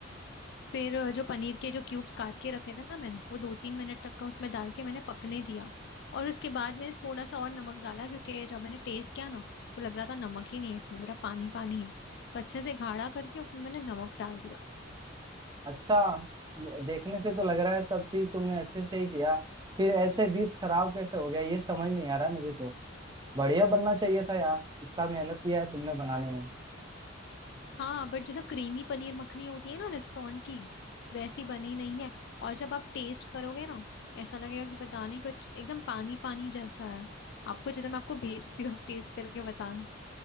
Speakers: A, on the left; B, on the right.
A: फिर अ, जो पनीर के जो क्यूब्स काट के रखे थे ना मैंने वो दो तीन मिनट तक का उसमें डाल के मैंने पकने दिया और उसके बाद मैंने थोड़ा सा और नमक डाला क्योंकि जब मैंने टेस्ट किया ना तो लग रहा था नमक ही नहीं है इसमें पूरा पानी पानी है तो अच्छे से गाढ़ा करके उसमें मैंने नमक डाल दिया
B: अच्छा देखने से तो लग रहा है सब चीज तुमने अच्छे से ही किया फिर ऐसे डिश खराब कैसे हो गया ये समझ नहीं आ रहा है मुझे तो बढ़िया बनना चाहिए था यार इतना मेहनत किया है तुमने बनाने में
A: हाँ बट जैसा क्रीमी पनीर मखनी होती है ना रेस्टोरेंट की वैसी बनी नहीं है और जब आप टेस्ट करोगे ना ऐसा लगेगा कि पता नहीं कुछ एकदम पानी पानी जैसा है आपको जितना मैं आपको भेजती हूँ आप टेस्ट करके बताना